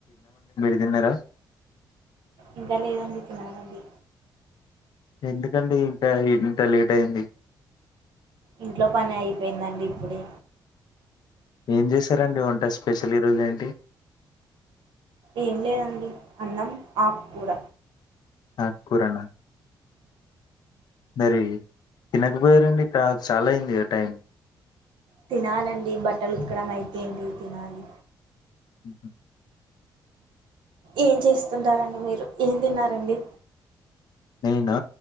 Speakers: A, on the left; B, on the right.
A: డిన్నరా
B: ఇంకా లేదండి తినాలండి
A: ఎందుకండి ఇంకా ఇంత లేట్ అయ్యింది
B: ఇంట్లో పని అయిపోయ్యిందండి ఇప్పుడే
A: ఏం చేశారండి వంట స్పెషల్ ఈరోజు ఏంటి
B: ఏం లేదండి అన్నం ఆక్కూర
A: ఆక్కూర నా మరి తినకపోయారండి కా చాలా అయ్యింది గా టైం
B: తినాలండి బట్టలు ఉతకడం అయిపోయింది తినాలి
A: ఊహూ
B: ఏం చేస్తుంటారండి మీరు ఏం తిన్నారండి
A: నేనా